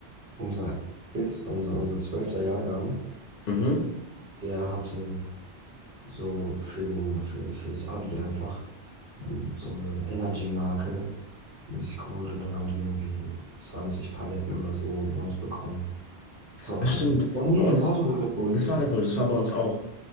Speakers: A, on the right (about 50°); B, on the left (about 60°).
A: unser, elf, unser, unser zwölfter Jahrgang,
B: Mhm.
A: der hatte so für den, für, fürs Abi einfach ähm, so eine Energy-Marke haben die sich geholt und dann haben die irgendwie 20 Paletten oder so umsonst bekommen. Das war
B: Ah,
A: auch
B: stimmt.
A: ganz lustig. Oh nee,
B: Bei uns,
A: das war sogar Red Bull.
B: das war Red Bull, das war bei uns auch.